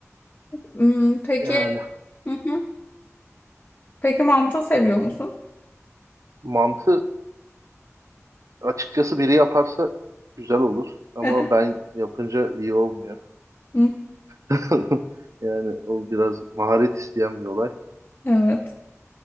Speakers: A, on the left; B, on the right.
A: Hmm, Peki,
B: Yani
A: hı hı. Peki manta seviyor musun?
B: <laughs> mantı Açıkçası biri yaparsa güzel olur ama
A: <laughs>
B: ben yapınca iyi olmuyor.
A: Hı,
B: <laughs> Yani o biraz maharet isteyen bir olay.
A: Evet.